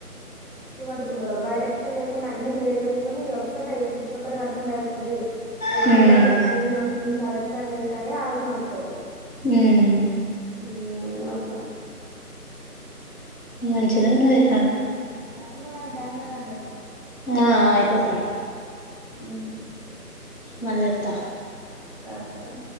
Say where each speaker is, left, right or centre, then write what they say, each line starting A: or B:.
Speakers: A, on the left (about 35°); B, on the left (about 60°).
A: కట్టుకుండు కదా బయట ఎక్కడ లేకుండా అన్ని క్లియర్ చేసుకుని ఈయోక్కోటి చిట్టి ఈయొక్కటి కట్. కుండా ఐపోద్ది ఈ ఆరు
B: హ్మ్
A: నెల్లల వరకి చంపుడు సార్ ఎట్ల అనేసి ఆలోచనవత్తది.
B: హూమ్
A: ఊమ్ అట్లా.
B: మంచిగ ఉన్నవే
A: టైమ్ జూడండి టైమ్ జూడండి.
B: ఆ అయిపోతాన్
A: ఉమ్,
B: మల్లి వత్త
A: సర్ సరే